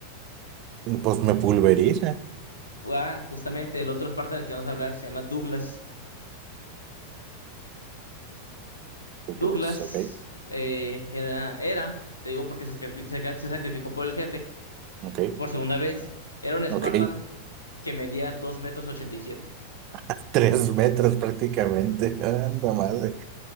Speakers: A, on the right (about 40°); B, on the left (about 80°).
A: Pues me pulveriza.
B: Ah, justamente el otro Spartan del que vamos a hablar se llama Douglas.
A: Pues,
B: Douglas
A: ok,
B: eh, era, era, te digo porque se sacrifi- se ca- se sacrificó por el jefe
A: ok,
B: por segunda vez, era un
A: ok.
B: Spartan que medía 2 metros 87.
A: <laughs> Tres metros prácticamente. <laughs> Anda madre.